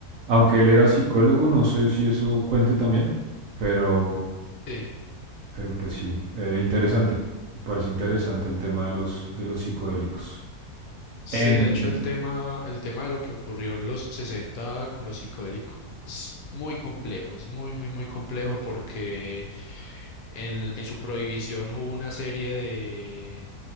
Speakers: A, on the right (about 70°); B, on the left (about 70°).
A: Aunque él era psicólogo, no sé si eso cuente también, pero,
B: sí.
A: pero pues sí, eh, interesante. Me parece interesante el tema de los, de los psicodélicos.
B: Sí,
A: En...
B: de hecho el tema, el tema de lo que ocurrió en los 60 con los psicodélicos es muy complejo, es muy, muy, muy complejo porque en, en su prohibición hubo una serie de,